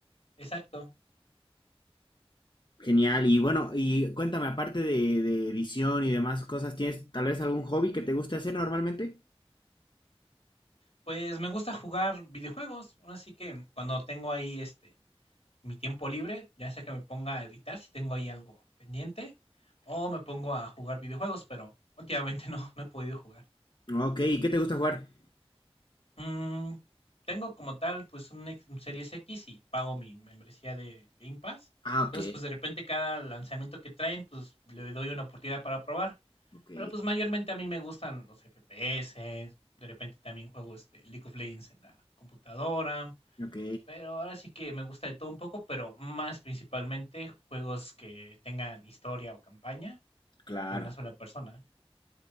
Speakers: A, on the left; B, on the left.
A: Exacto.
B: Genial. Y bueno, y cuéntame, aparte de, de edición y demás cosas, ¿tienes tal vez algún hobby que te guste hacer normalmente?
A: Pues, me gusta jugar videojuegos, ahora sí que cuando tengo ahí, este, mi tiempo libre, ya sea que me ponga a editar si tengo ahí algo pendiente, o me pongo a jugar videojuegos, pero últimamente <laughs> no, no he podido jugar.
B: Ok, ¿y qué te gusta jugar?
A: Mm, tengo como tal, pues, un ex un Series X y pago mi membresía de Game Pass.
B: Ah,
A: Entonces,
B: ok,
A: pues, de repente cada lanzamiento que traen, pues, le doy una oportunidad para probar.
B: ok,
A: Pero, pues, mayormente a mí me gustan los FPS, de repente también juego, este, League of Legends en la computadora,
B: ok.
A: pero ahora sí que me gusta de todo un poco, pero más principalmente juegos que tengan historia o campaña
B: Claro,
A: de una sola persona.